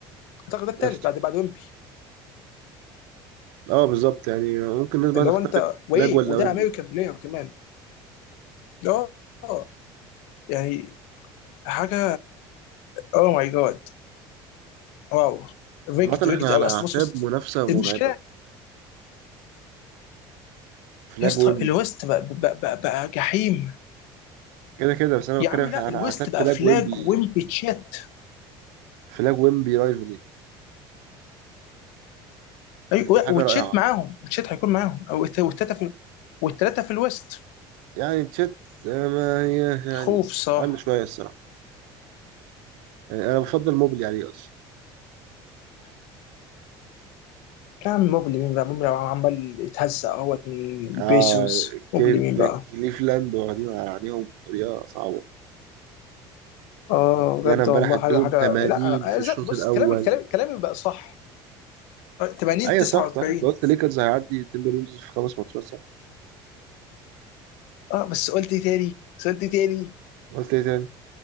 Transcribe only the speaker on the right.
بس
اه بالظبط يعني ممكن الناس بقى
تختلف
فلاج ولا
ويمبي
عامة
احنا
على أعتاب
منافسة مرعبة
فلاج
ويمبي
كده كده بس أنا
بتكلم
احنا
على
أعتاب
فلاج
ويمبي
فلاج ويمبي رايفلي يعني
تبقى حاجة
رائعة
يعني تشيت آه، ما هي يعني
أقل شوية الصراحة يعني أنا بفضل موبلي عليه أصلا
آه
كي-
كي-
كليفلاند واخدين على عينيهم بطريقة صعبة
دي
أنا امبارح
ادهم
80
في الشوط
الأول
ايوه
صح صح انت قلت ليكرز هيعدي تيمبرولز في خمس ماتشات صح؟
قلت ايه تاني